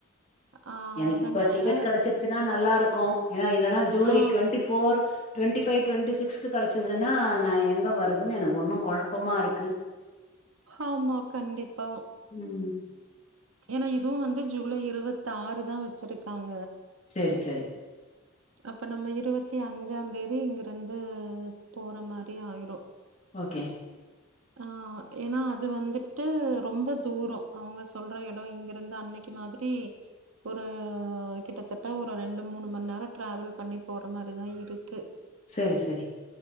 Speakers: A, on the right; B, on the left.
A: ஆ
B: எனக்கு
A: அதனால
B: இப்ப டிக்கெட் கடைச்சிருச்சுன்னா நல்லா இருக்கு ஏன்னா இல்லன்னா July
A: ஆ
B: twenty four twenty five twenty சிக்ஸ்கு கடைச்சதுன்னா நா எங்க வர்றதுன்னு எனக்கு ஒன்னு கொழப்பமா இருக்கு
A: ஆமா கண்டிப்பா
B: ம்
A: ஏன்னா இதுவு வந்து ஜூலை இருவத்தாறுதா வச்சிருக்காங்க
B: சேரி சேரி
A: அப்ப நம்ம இருவத்தி அஞ்சாந் தேதி இங்கிருந்து போற மாரி ஆயிரு
B: ஓகே
A: ஆ ஏன்னா அது வந்துட்டு ரொம்ப தூர அவங்க சொல்ற எட இங்கிருந்து அண் அன்னைக்கு மாதிரி ஒரு கிட்டத்தட்ட ஒரு ரெண்டு மூணு மண நேர ட்ராவல் பண்ணி போற மாரி தா இருக்கு.
B: சரி சரி